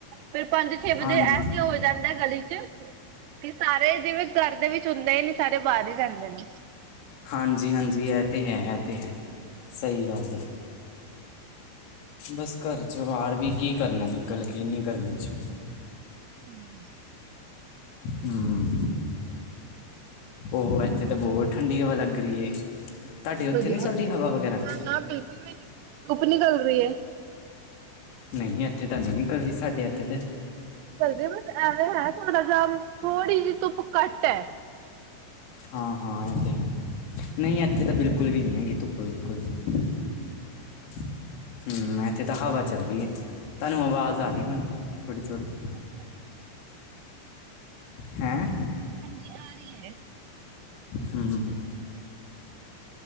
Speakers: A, on the right; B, on the left.
A: ਫੇਰ ਪੰਜ ਛੇ
B: ਹਾਂਜੀ
A: ਵਜੇ ਐਸੇ ਹੋ ਜਾਂਦਾ ਗਲ਼ੀ ਚ। ਕਿ ਸਾਰੇ ਜਿਵੇਂ ਘਰ ਦੇ ਵਿੱਚ ਹੁੰਦੇ ਹੀ ਨੀ ਸਾਰੇ ਬਾਹਰ ਹੀ ਰਹਿੰਦੇ ਨੇ।
B: ਹਾਂਜੀ-ਹਾਂਜੀ, ਇਹ ਤਾਂ ਹੈ ਇਹ ਤਾਂ ਹੈ।
A: ਹਾਂਜੀ!
B: ਸਹੀ ਗੱਲ ਏ। ਬਸ ਘਰ ਚੋਂ ਬਾਹਰ ਵੀ ਕੀ ਕਰਨਾ ਨਿਕਲ ਇਨੀਂ ਗਰਮੀ ਚ।
A: ਹਾਂਜੀ! <inaudible>
B: ਹੂੰ! ਔ ਇੱਥੇ ਤਾਂ ਬਹੁਤ ਠੰਡੀ ਹਵਾ ਲੱਗ ਰਈ ਏ। ਉੱਥੇ
A: ਵਧੀਆ
B: ਨਹੀਂ ਚੱਲਦੀ ਹਵਾ ਵਗੈਰਾ
A: ਨਾ-ਨਾ ਬਿਲਕੁਲ ਵੀ ਨੀ ਧੁੱਪ ਨਿਕਲ ਰਹੀ ਏ।
B: ਨਹੀਂ ਇੱਥੇ ਤਾਂ ਨੀ ਨਿਕਲਦੀ ਸਾਡੇ ਇੱਥੇ ਤੇ।
A: ਸਾਡੇ ਬਸ ਐਵੇਂ ਹੈ ਥੋੜ੍ਹਾ ਜਿਹਾ ਥੋੜ੍ਹੀ ਜਿਹੀ ਧੁੱਪ ਘੱਟ ਹੈ।
B: ਹਾਂ-ਹਾਂ ਇਹ ਤੇ ਹੈ ਨਹੀਂ ਇੱਥੇ ਤਾਂ ਬਿਲਕੁਲ ਵੀ ਨਹੀਂ ਹੈਗੀ ਧੁੱਪ ਬਿਲਕੁਲ ਵੀ। ਹੂੰ! ਇੱਥੇ ਤਾਂ ਹਵਾ ਚੱਲ ਰਹੀ ਹੈ ਤੁਹਾਨੂੰ ਆਵਾਜ਼ ਆ ਰਹੀ ਹੋਣੀ ਥੋੜ੍ਹੀ- ਥੋੜ੍ਹੀ।
A: ਅੱਛਾ-ਅੱਛਾ!
B: ਹੈਂ?
A: ਹਾਂਜੀ ਆ ਰਹੀ ਹੈ।
B: ਹੂੰ।